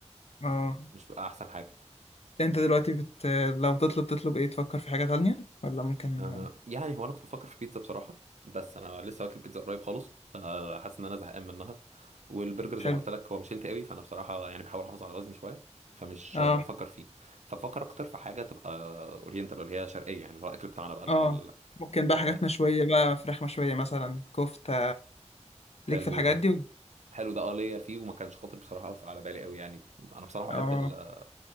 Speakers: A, on the left; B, on the right.
A: اه
B: مش بتبقى احسن حاجه
A: انت دلوقتي بت... لو تطلب تطلب ايه تفكر في حاجة تانية ولا ممكن
B: أم، يعني هو انا كنت بفكر في بيتزا بصراحه بس انا لسه واكل بيتزا قريب خالص فحاسس ان انا زهقان منها والبرجر زي
A: حلو
B: ما قلت لك هو مش هيلثي قوي فانا بصراحه يعني بحاول احافظ على وزني شويه فمش
A: اه
B: آه، بفكر فيه فبفكر اكتر في حاجه تبقى اورينتال اللي هي شرقيه يعني اللي هو الاكل بتاعنا بقى اللي
A: اه
B: هو
A: ممكن
B: آه،
A: بقى حاجات مشوية بقى فراخ مشوية مثلا كفتة
B: حلو
A: ليك في الحاجات
B: ده
A: دي
B: حلو ده اه ليا فيه وما كانش خاطر بصراحه اقف على بالي قوي يعني انا بصراحه بحب
A: اه
B: ال-